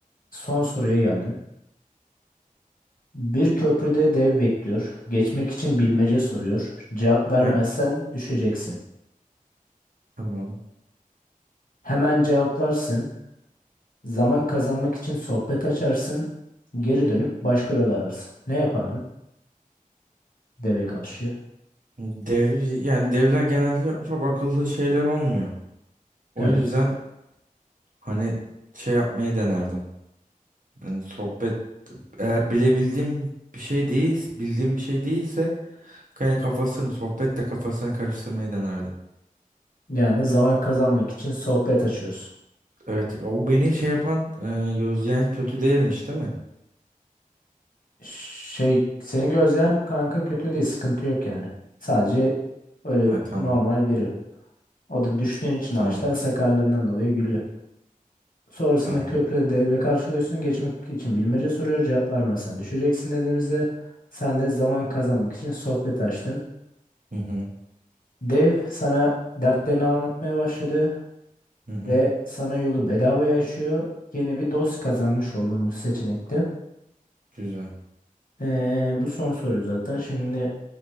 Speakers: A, on the left; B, on the right.
A: son soruya geldim. Bir köprüde dev bekliyor. Geçmek için bilmece soruyor. Cevap vermezsen
B: Her,
A: düşeceksin.
B: tamam.
A: Hemen cevaplarsın Zaman kazanmak için sohbet açarsın, geri dönüp başka yol ararsın. Ne yapardın deve karşı?
B: Dev, yani devler genelde çok akıllı şeyler olmuyor. O
A: Evet.
B: yüzden hani şey yapmayı denerdim. Yani sohbet eğer bilebildiğim bir şey değil, bildiğim bir şey değilse yani kafasını sohbetle kafasını karıştırmayı denerdim.
A: Yani zaman kazanmak için sohbet açıyoruz.
B: Evet, o beni şey yapan, e, gözleyen kötü değilmiş, değil mi?
A: Şey, seni gözleyen kanka kötü değil, sıkıntı yok yani. Sadece öyle
B: Ha, tamam.
A: normal biri. O da düştüğün için
B: Tamam.
A: ağaçtan sakarlığından dolayı gülüyor. Sonrasında
B: Tamam.
A: köprüde devle karşılıyorsun. Geçmek için bilmece soruyor. Cevap vermezsen düşeceksin dediğimizde sen de zaman kazanmak için sohbet açtın.
B: Hı hı.
A: Dev sana dertlerini anlatmaya başladı.
B: Hı hı.
A: Ve sana yolu bedavaya açıyor. Yeni bir dost kazanmış oldun bu seçenekte.
B: Güzel.
A: Ee, bu son soru zaten. Şimdi